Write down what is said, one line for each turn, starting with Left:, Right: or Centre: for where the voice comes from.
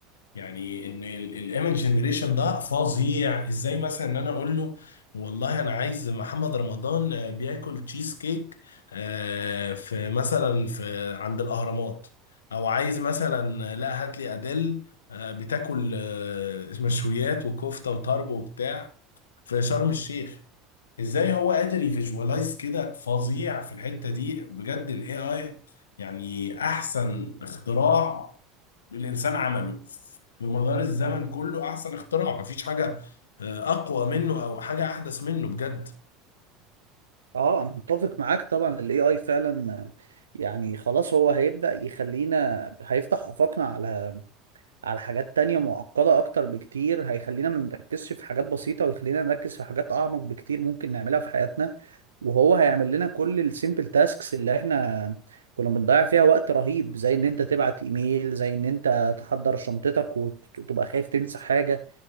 Left: يعني ان الايمج جنريشن ده فظيع ازاي مثلا ان انا اقول له والله انا عايز محمد رمضان آه، بياكل تشيز كيك آه، في مثلا في عند الاهرامات او عايز مثلا آه، لا هات لي اديل آه، بتاكل آه، مشويات وكفته وطرب وبتاع في شرم الشيخ ازاي هو قادر يفيجوالايز كده فظيع في الحتة دي بجد الاي اي يعني احسن اختراع الانسان عمله في مدار الزمن كله احسن اختراع مفيش حاجة آه، اقوى منه او حاجة احدث منه بجد
Right: اه انا متفق معاك طبعا الاي اي فعلا يعني خلاص هو هيبدأ يخلينا هيفتح آفاقنا على على حاجات تانية معقدة اكتر بكتير هيخلينا ما نركزش في حاجات بسيطة ويخلينا نركز في حاجات اعمق بكتير ممكن نعملها في حياتنا وهو هيعمل لنا كل السيمبل تاسكس اللي احنا كنا بنضيع فيها وقت رهيب زي ان انت تبعت ايميل زي ان انت تحضر شنطتك وتبقى خايف تنسى حاجة